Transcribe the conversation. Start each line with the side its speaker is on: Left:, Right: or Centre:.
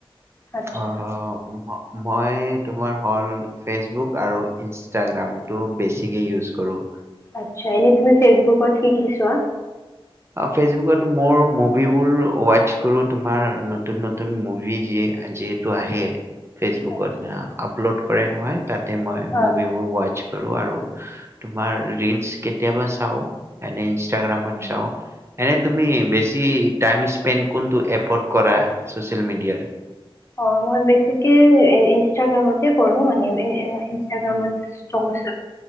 Left: আচ্ছা
Right: অ', ম- মই তোমাৰ হ'ল ফেচবুক আৰু ইনষ্টাগ্ৰামটো বেছিকৈ ইউজ কৰোঁ।
Left: আচ্ছা এনে তুমি ফেচবুকত কি কি চোৱা?
Right: ফেচবুকত মোৰ মুভিবোৰ ৱাটচ কৰো তোমাৰ নতুন নতুন মুভি যিহেতু আহে ফেচবুকত
Left: আচ্ছা
Right: আপলোড কৰে নহয় তাত তে মই
Left: হয়
Right: মুভিবোৰ ৱাটচ আৰু আৰু তোমাৰ ৰীলছ কেতিয়াবা চাওঁ। এনে ইনষ্টাগ্ৰামত
Left: আচ্ছা
Right: এনে তুমি বেছি টাইম স্পেন্ড কোনটো এপত কৰা চচিয়েল মিডিয়াৰ?
Left: অ মই বেছিকে ইনষ্টাগ্ৰামতে কৰো মানে ইনষ্টাগ্ৰামত চৰ্ট